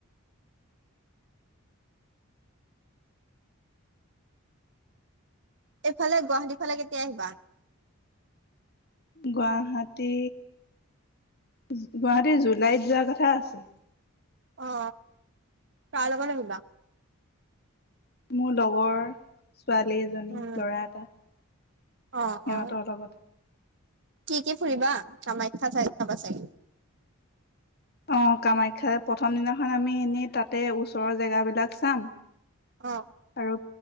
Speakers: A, on the right; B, on the left.
A: এইফালে গুৱাহাটীৰ ফালে কেতিয়া আহিবা?
B: গুৱাহাটী গুৱাহাটী জুলাইত যোৱা কথা আছে।
A: অ কাৰ লগত আহিবা।
B: মোৰ লগৰ। ছোৱালী এজনী
A: উম
B: লৰা এটা সিহঁতৰ
A: অ অ
B: লগত।
A: কি কি ফুৰিবা কামাখ্যা চাই চাবা চাই
B: অ কামাখ্যাৰে প্ৰথম দিনাখন আমি এনেই তাতে ওচৰৰ জেগা বিলাক চাম।
A: অ।
B: আৰু